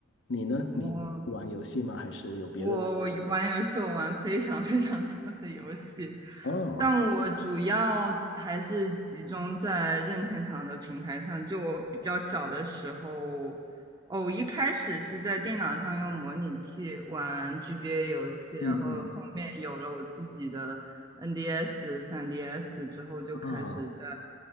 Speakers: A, on the left; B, on the right.
A: 你呢？
B: 哦，
A: 你不玩游戏吗？还是有别的？
B: 我玩游戏，我玩非常非常多的游戏，
A: 哦，
B: 但我主要还是集中在任天堂的平台上。就我比较小的时候，哦，一开始是在电脑上用模拟器玩 GBA 游戏，
A: 嗯嗯
B: 然后后面有了我自己的 NDS、3DS 之后，就开始在
A: 啊，